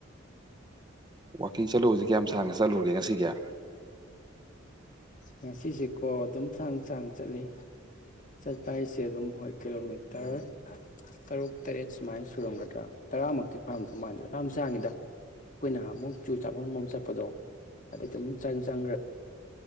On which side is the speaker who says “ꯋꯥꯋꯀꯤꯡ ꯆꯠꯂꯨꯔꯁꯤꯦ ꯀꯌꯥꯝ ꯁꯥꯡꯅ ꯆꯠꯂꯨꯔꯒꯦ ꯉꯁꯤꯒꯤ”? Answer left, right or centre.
Right